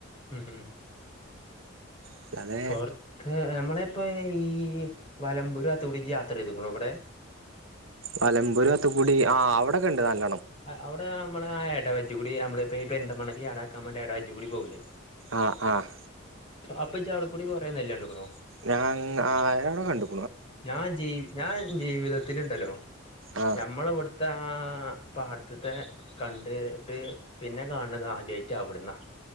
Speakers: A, on the left (about 25°); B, on the right (about 70°).
A: ഉം ഉം
B: അല്ലാതെ
A: പൊറത്ത് നമ്മളെ ഇപ്പൊ ഈ വലമ്പൂരു വാത്ത്ക്കൂടി ജ്ജ് യാത്ര ചെയ്ത്ക്ക്‌ണോ വടെ
B: വലമ്പൂര് വാത്ത്ക്കൂടി ആ അവിടൊക്കെ ഉണ്ട് നല്ല
A: അവിടെ നമ്മളെ ആഹ് എടവജ്ജ്‌കൂടി നമ്മളിപ്പോ ഈ പെരിന്തൽമണ്ണക്ക് ചടാതക്കാൻ വാണ്ടി എടവജ്ജ്‌ക്കൂടി പോവൂല്ലേ
B: ആഹ് ആഹ്
A: അപ്പൊജ്ജ് വ്ക്കുടി കൊറേ നെല്ലണ്ട്‌ക്ക്‌ണോ
B: ഞാൻ ആഹ് അത് ഞാൻ അവിടെ കണ്ടു
A: ഞാൻ ജീ ഞാൻ ജീവിത ത്തില്ണ്ടല്ലോ
B: ആ
A: ഞമ്മളെവ്ട്ത്തെ ആഹ് പാട്ത്ത്ത്തെ കണ്ടിട്ട് പിന്നെ കാണ്ണത് ആദ്യായ്ട്ട് അവിട്ന്നാ